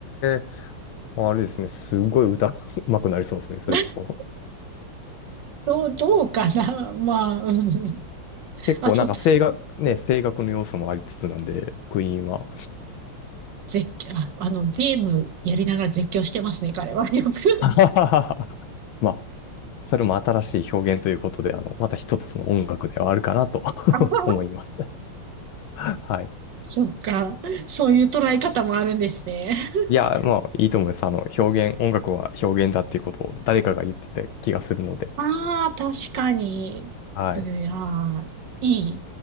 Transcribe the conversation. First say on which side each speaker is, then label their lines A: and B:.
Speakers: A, on the left (about 70°); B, on the right (about 60°).
A: え、あれですね。すごい歌 <laughs> うまくなりそうですね。それこそ。
B: <laughs> どう、どうかな <laughs> まあ、うん。
A: 結構なんか声楽、
B: あ、そう、
A: ね、声楽の要素もありつつなんで、クイーンは。
B: 絶叫、あ、あの、ゲームやりながら絶叫してますね、彼は。よく。<laughs>
A: <laughs> まあそれも新しい表現ということで、あの、また一つの音楽ではあるかなと
B: あ
A: <laughs> 思います。はい。
B: そっか。そういう捉え方もあるんですね。
A: いや、まあ、いいと思います。あの、表現、音楽は表現だっていうことを誰かが言ってた気がするので。
B: ああ、確かに。
A: はい。
B: すいー、い